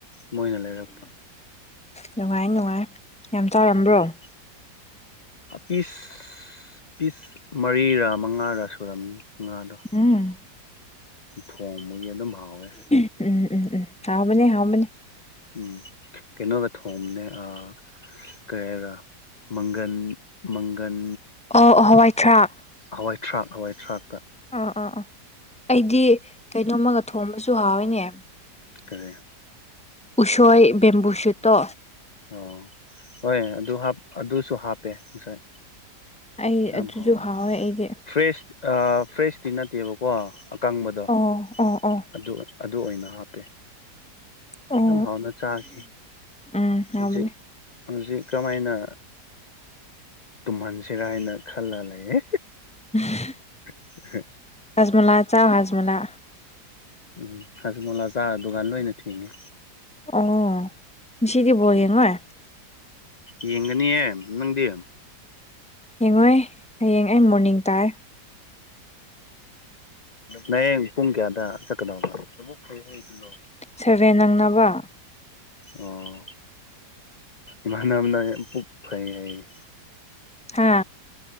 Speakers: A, on the left (about 65°); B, in the centre.
A: ꯃꯣꯏꯅ ꯂꯩꯔꯛꯄ
B: ꯅꯨꯡꯉꯥꯏ ꯅꯨꯡꯉꯥꯏ꯫ ꯌꯥꯝ ꯆꯥꯔꯝꯕ꯭ꯔꯣ
A: <unintelligible> ꯑꯄꯤꯁ ꯄꯤꯁ ꯃꯔꯤꯔ ꯃꯉꯥꯔ ꯁꯨꯔꯝꯅꯤ ꯉꯥꯗꯣ꯫
B: ꯎꯝ
A: ꯊꯣꯡꯕꯒꯤ ꯑꯗꯨꯝ ꯍꯥꯎꯋꯦ꯫
B: ꯎꯝ ꯎꯝ ꯎꯝ ꯎꯝ ꯍꯥꯎꯕꯅꯦ ꯍꯥꯎꯕꯅꯦ꯫
A: ꯎꯝ ꯀꯩꯅꯣꯒ ꯊꯣꯡꯕꯅꯦ ꯑ ꯀꯔꯤ ꯍꯥꯏꯕꯔ ꯃꯪꯒꯟ ꯃꯪꯒꯟ
B: ꯑꯣ ꯍꯋꯥꯏꯊ꯭ꯔꯥꯛ
A: ꯍꯋꯥꯏ ꯊꯔꯥꯛ ꯍꯋꯥꯏ ꯊꯔꯥꯛꯀ
B: ꯑꯥ ꯑꯥ ꯑꯥ ꯑꯩꯗꯤ ꯀꯩꯅꯣꯝꯃꯒ ꯊꯣꯝꯕꯁꯨ ꯍꯥꯎꯋꯏꯅꯦ
A: ꯀꯔꯤ
B: ꯎꯁꯣꯏ ꯕꯦꯝꯕꯨꯁꯨꯠꯇꯣ꯫
A: ꯑꯣ ꯍꯣꯏꯅꯦ ꯑꯗꯨ ꯍꯥꯞ ꯑꯗꯨꯁꯨ ꯍꯥꯞꯄꯦ ꯉꯁꯥꯏ꯫
B: ꯑꯩ
A: ꯌꯥꯝ
B: ꯑꯗꯨꯁꯨ
A: ꯍꯥꯎꯈꯔꯦ
B: ꯍꯥꯎꯋꯦ ꯑꯩꯗꯤ
A: ꯐ꯭ꯔꯦꯁ ꯑ ꯐ꯭ꯔꯦꯁꯇꯤ ꯅꯠꯇꯦꯕꯀꯣ ꯑꯀꯪꯕꯗꯣ
B: ꯑꯣ ꯑꯣ ꯑꯣ
A: ꯑꯗꯨ ꯑꯗꯨ ꯑꯣꯏꯅ ꯍꯥꯞꯄꯦ
B: ꯑꯣ
A: ꯌꯥꯝ ꯍꯥꯎꯅ ꯆꯥꯈꯤ
B: ꯎꯝ ꯉꯥꯎꯕꯅꯦ꯫
A: ꯍꯧꯖꯤꯛ ꯍꯧꯖꯤꯛ ꯀꯃꯥꯏꯅ꯫ ꯇꯨꯝꯍꯟꯁꯤꯔꯥ ꯍꯥꯏꯅ ꯈꯜꯂ ꯂꯩꯌꯦ
B: ꯎꯝ
A: <unintelligible>
B: ꯍꯖꯃꯣꯂꯥ ꯆꯥꯎ ꯍꯖꯃꯣꯂꯥ꯫
A: ꯎꯝ ꯍꯖꯃꯣꯂꯥ ꯆꯥ ꯗꯨꯀꯥꯟ ꯂꯣꯏꯅ ꯊꯤꯡꯉꯤ
B: ꯑꯣ ꯉꯥꯁꯤꯒꯤ ꯕꯣꯜ
A: ꯎꯝ
B: ꯌꯦꯡꯉꯣꯏ
A: ꯌꯦꯡꯒꯅꯤꯌꯦ ꯅꯪꯗꯤ꯫
B: ꯌꯦꯡꯉꯣꯏ ꯍꯌꯦꯡ ꯑꯩ ꯃꯣꯔꯅꯤꯡ ꯇꯥꯏ
A: ꯅꯌꯦꯡ ꯄꯨꯡ ꯀꯌꯥꯗ ꯆꯠꯀꯗꯕ ꯈꯩ ꯍꯥꯏꯗꯨꯅꯣ
B: ꯁꯦꯚꯦꯟ ꯅꯪꯅꯕ
A: ꯑꯣ ꯏꯃꯥꯟꯅꯕꯅ ꯄꯨꯛ ꯐꯩ ꯍꯥꯏꯌꯦ
B: ꯍꯥ